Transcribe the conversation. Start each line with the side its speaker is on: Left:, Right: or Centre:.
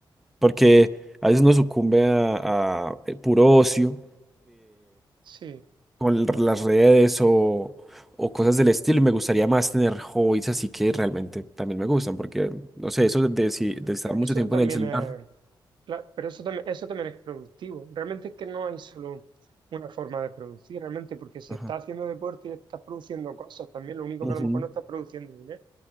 Centre: porque a veces uno sucumbe a, a, eh, puro ocio
Right: Sí,
Centre: con
Right: claro.
Centre: las redes o, o cosas del estilo. y Me gustaría más tener hobbies así que realmente también me gustan, porque, no sé, eso de, si- de estar
Right: Pero
Centre: mucho
Right: eso
Centre: tiempo
Right: también
Centre: en el celular.
Right: es, claro, pero eso también, eso también es productivo. Realmente es que no hay solo una forma de producir, realmente, porque si
Centre: Ajá.
Right: estás haciendo deporte y estás produciendo cosas, también lo único
Centre: Ujú.
Right: que a lo mejor no estás produciendo dinero.